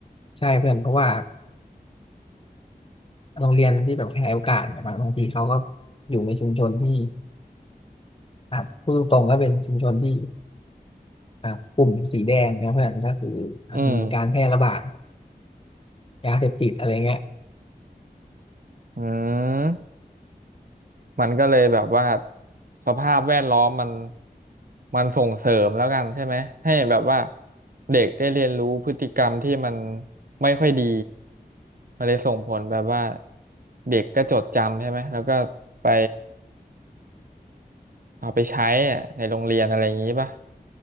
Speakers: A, on the left; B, on the right.
A: ใช่เพื่อนเพราะว่า โรงเรียนที่แบบขยายโอกาสเนี่ยบางบางทีเขาก็อยู่ในชุมชนที่อ่ะพูดตรงๆก็เป็นชุมชนที่อ่ะกลุ่มสีแดงนะเพื่อนก็คืออ่ะมีการแพร่ระบาด
B: อืม
A: ยาเสพติดอะไรเงี้ย
B: อืม มันก็เลยแบบว่าสภาพแวดล้อมมันมันส่งเสริมแล้วกันใช่ไหมให้แบบว่าเด็กได้เรียนรู้พฤติกรรมที่มันไม่ค่อยดีมันเลยส่งผลแบบว่าเด็กก็จดจำใช่ไหมแล้วก็ไปเอาไปใช้อะในโรงเรียนอะไรอย่างนี้ป่ะ